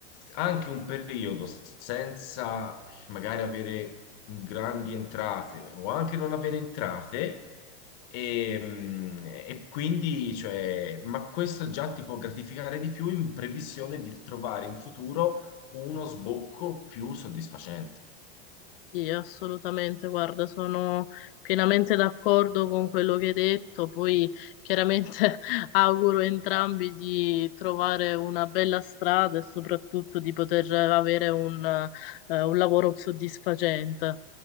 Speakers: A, on the left; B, on the left.
A: anche un periodo senza magari avere grandi entrate o anche non avere entrate e, mh, e quindi, cioè, ma questo già ti può gratificare di più in previsione di trovare in futuro uno sbocco più soddisfacente.
B: Sì, assolutamente, guarda, sono pienamente d'accordo con quello che hai detto, poi chiaramente <laughs> auguro a entrambi di trovare una bella strada e soprattutto di poter avere un, eh, un lavoro soddisfacente.